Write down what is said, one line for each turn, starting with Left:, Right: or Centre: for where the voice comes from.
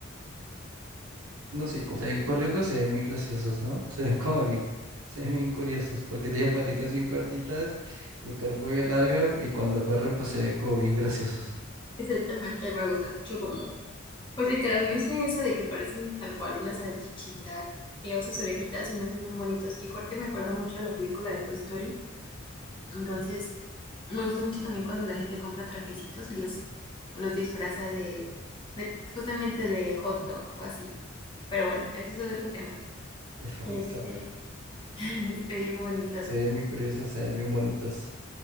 Right: y como se ven corriendo, se ven bien graciosos, ¿no? Se ven como bien, se ven bien curiosos, porque tienen patitas bien cortitas, el cuerpo bien largo y cuando corren, pues se ven como bien graciosos.
Left: Exactamente, me gusta mucho como, pues literalmente eso de que parecen tal cual una salchichita y luego sus orejitas se me hacen muy bonitos. Y aparte me acuerda mucho a la película de Toy Story. Entonces, me gusta mucho también cuando la gente compra trajecitos y los, los disfraza de, de justamente de hot dog o así. Pero bueno, ese es otro tema.
Right: <laughs> De falta,
Left: Este,
Right: güey.
Left: <laughs> se ven bonitos,
Right: se ven bien curiosos, se ven bien bonitos.